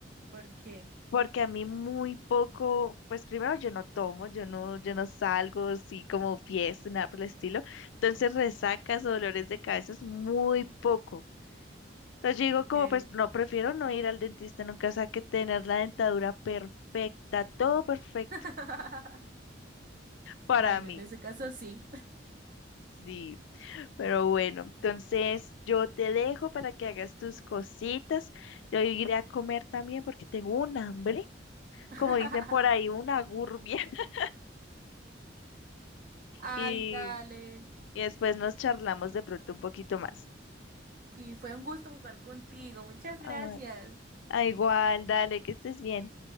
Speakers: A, on the right; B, on the left.
A: ¿Por qué?
B: Porque a mí muy poco, pues primero yo no tomo, yo no, yo no salgo así como fiesta, nada por el estilo. Entonces resacas o dolores de cabeza es muy poco. Entonces yo digo
A: Okay.
B: como, pues no, prefiero no ir al dentista nunca, o sea, que tener la dentadura perfecta, todo perfecto
A: <laughs>
B: para
A: Bueno,
B: mí.
A: en ese caso sí.
B: Sí, Pero bueno, entonces yo te dejo para que hagas tus cositas. Yo iré a comer también porque tengo un hambre,
A: <laughs>
B: como dicen por ahí, una gurbia. <laughs>
A: Ay,
B: Y,
A: dale.
B: y después nos charlamos de pronto un poquito más.
A: Sí, fue un gusto jugar contigo. Muchas gracias.
B: Ah, ah, igual, dale, que estés bien.